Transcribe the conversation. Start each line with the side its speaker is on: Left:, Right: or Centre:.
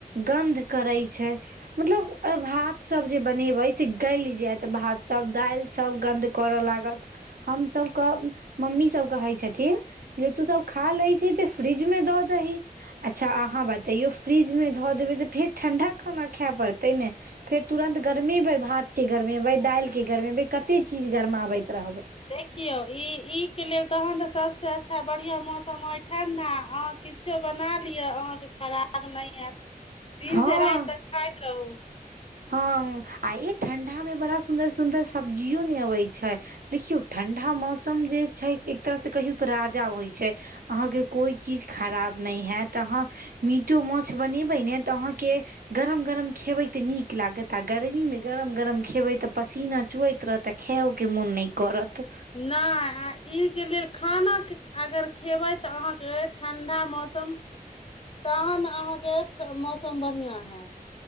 Right: गन्ध करे छै मतलब भात सब जे बनेबे से गैल जायत भात सब दालि सब गन्द करऽ लागत हमस मम्मीसभ कहैत छथिन जे तू सब खा लैत छै तऽ फ्रिज मे दऽ दही अच्छा अहाँ बतैयो फ्रिज मे धऽ देबै तऽ फेर ठंडा खाना खायए पड़तै ने फेर तुरन्त गरमेबै भातके गरमेबै दालिके गरमेबै कतेक चीज गरमाबैत रहबै
Left: देखियौ ई ई के लेल तहन तऽ सबसे अच्छा बढ़ियां मौसम अ ठंडा अहांके किछो बना लिअ अहाँके खराब नहि हेत दिन
Right: हँ
Left: से रात तक खाइत रहू
Right: हँ आ ई ठंडा मे बड़ा सुंदर सुंदर सब्जियो ने अबै छै देखियौ ठण्डा मौसम जे छै एक तरह से कहियौ तऽ राजा होइ छै अहाँके कोइ चीज खराब नहि हैत अहाँ मीटो माछ बनेबै ने तऽ अहाँके गरम गरम खेबै ते नीक लागत आ गर्मी मे गरम गरम खेबे ते पसीना चुवैत रहत आ खायो के मोन न करत
Left: नहि आ एहिके लेल खाना अगर खेबै तऽ अहाँके ठण्डा मौसम तहन अहाँके मौसम बढ़िआं होयैत